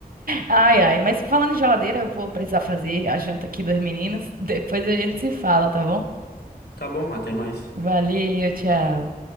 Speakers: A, on the right (about 60°); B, on the left (about 85°).
A: Ai, ai, mas falando em geladeira, eu vou precisar fazer a janta aqui dos meninos. Depois a gente se fala, tá bom?
B: Tá bom, até mais.
A: Valeu, tchau.